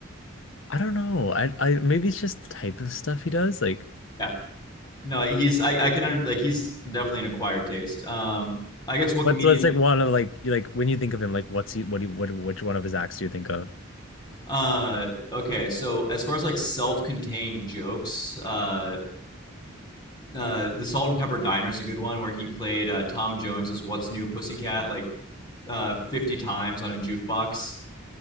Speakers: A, on the left; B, on the left.
A: I don't know. I I maybe it's just the type of stuff he does. Like
B: Yeah. No, he's I, I can under, like he's definitely an acquired taste. Um, I guess what
A: what's
B: comedian?
A: what's like one of like you- like when you think of him like what's he what he what which one of his acts do you think of?
B: Uh, okay, so as far as like self-contained jokes, uh, uh, the Salt and Pepper Diner is a good one where he played uh, Tom Jones's "What's New, Pussycat" like uh, 50 times on a jukebox.